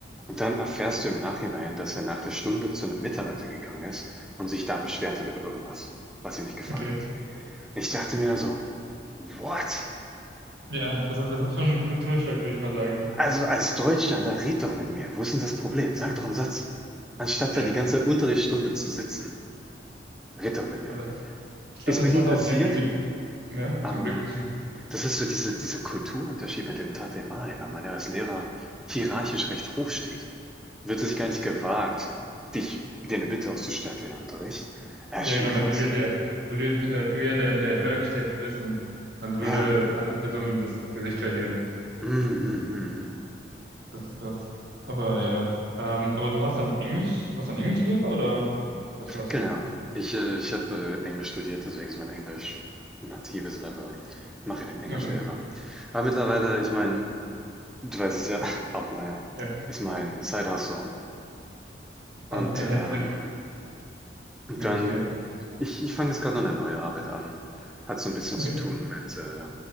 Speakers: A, in the centre; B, on the right.
A: Und dann erfährst du im Nachhinein, dass er nach der Stunde zu einem Mitarbeiter gegangen ist und sich da beschwert hat über irgendwas, was ihm nicht gefallen
B: Okay.
A: hat. ich dachte mir so, what?
B: Ja, das, ist- das ist schon ein Kulturschock, würde ich mal sagen.
A: Also als Deutscher, ne, red doch mit mir. Wo ist denn das Problem? Sag doch einen Satz. Anstatt
B: Ja.
A: da die ganze Unterrichtsstunde zu sitzen, red doch mit mir.
B: Aber Ich glaube,
A: Ist
B: das
A: mir nie
B: hat
A: passiert,
B: auch sehr viel mit, ja,
A: aber
B: zum Glück.
A: das ist so diese dieser Kulturunterschied mit dem Tate Mai, weil man ja als Lehrer hierarchisch recht hoch steht, wird sich gar nicht gewagt, dich dir eine Bitte auszustellen für den Unterricht. Ja,
B: Ja,
A: ist schon
B: genau,
A: krass.
B: weil du ja der, weil du, äh, du ja der, der Höhergestellte bist und dann würde
A: Ja, ne?
B: die andere Person das Gesicht verlieren.
A: Mhm, mhm, mhm. mhm.
B: Das ist krass. Aber ja. Ähm, aber du hast dann Englisch, warst dann Englischlehrer oder was warst
A: Genau.
B: du?
A: Ich, äh, ich habe äh, Englisch studiert, deswegen ist mein Englisch ein natives Level. Mache den Englischlehrer.
B: Okay,
A: Aber mittlerweile, ich meine, du weißt es ja, <laughs> Outlier
B: ja.
A: ist mein Side-Hustle. Und
B: Ah, ja,
A: ähm,
B: ja,
A: und
B: ja,
A: dann,
B: verstehe.
A: ich, ich fange jetzt gerade noch eine neue Arbeit an. Hat so ein bisschen
B: Okay,
A: zu tun mit äh,